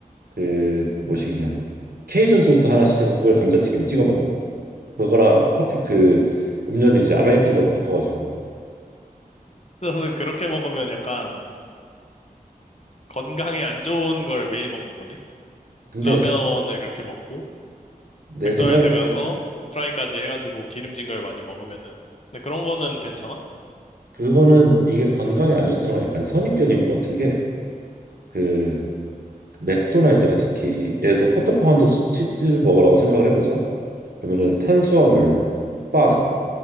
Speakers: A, on the right (about 80°); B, on the left (about 45°).
A: 그 뭐시기냐 케이준 소스 하나 시켜서 그걸 감자튀김에 찍어 먹어. 그거랑 커피 그 음료는 이제 아메리카노로 바꿔가지고.
B: 너는 그렇게 먹으면 약간 건강에 안 좋은 걸 매일 먹는 거네?
A: 근데
B: 라면을 그렇게 먹고
A: 내
B: 맥도날드
A: 생각에는
B: 가서 프라이까지 해가지고 기름진 걸 많이 먹으면은 근데 그런 거는 괜찮아?
A: 그거는 이게 건강에 안 좋다는 건 약간 선입견인 것 같은 게 그 맥도날드가 특히 예를 들어 쿼터파운더 치- 즈즈버거라고 생각을 해보자 그러면은
B: 음.
A: 탄수화물, 빵,